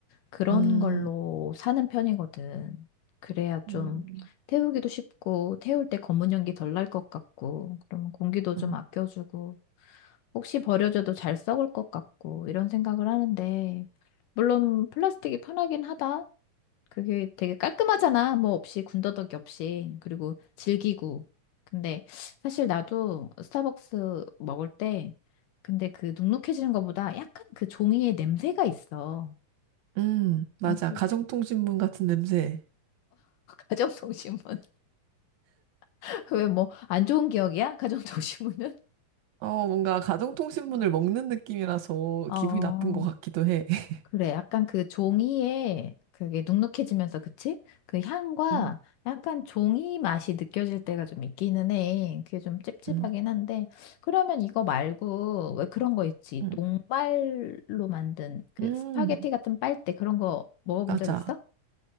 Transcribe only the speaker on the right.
음,
음,
음, 음,
음, 맞아.
가정통신문 같은 냄새.
어, 뭔가 가정통신문을 먹는 느낌이라서
기분이 나쁜 것 같기도 해. <laughs>
음,
음,
음,
음,
맞아.